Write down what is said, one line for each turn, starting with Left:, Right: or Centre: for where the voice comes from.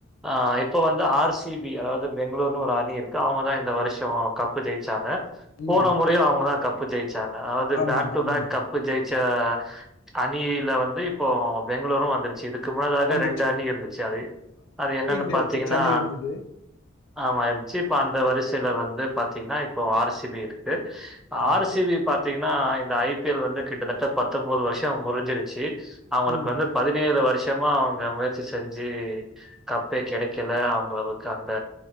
Centre: அ இப் இப்போ வந்து ஆர் சி பி அதாது பெங்களூர்னு ஒரு அணி இருக்கு அவுங்க தா இந்த வருஷோ கப்பு ஜெயிச்சாங்க
Left: ம்.
Centre: போன மொறயு அவுங்கதா கப் ப்பு ஜெய் சாங்க அதவது
Left: ஆமாமா.
Centre: பேக் டு பேக்
Left: ம்.
Centre: கப்பு ஜெய்ச் ச அணியியில வந்து இப்போ பெங்களூரு வந்துருச்சு இதுக் க்கு முன்னதாக
Left: வந்துருச்சு.
Centre: ரெண்டு அணி இருந்துச்சு அது அது என்னன்னு
Left: ஜெவிச்ச
Centre: பார்த்தீங்கன்னா,
Left: சென்னை இருந்துது
Centre: ஆமா இருஞ்ச்சிப் ப்ப அந்த வரிசைல வந்துப் பாத்தீங்கன்னா இப்போ ஆர் சி பி இருக்கு
Left: ஆமா.
Centre: ஆர் சி பி ய பாத் த்தீங்கன்னா இந்த ஐ பி எல் வந்து கிட்டத்தட்ட பத்தொம்போது வருஷோ முறிஞ்சிருச்சி அவுங்களுக்கு
Left: ம்.
Centre: வந்து பதினேழு வருஷ் யமா அவுங்க முயற்சி செஞ்சி கப் ப்பே கெடைக்கல அவுங்களவுக்கு அந்த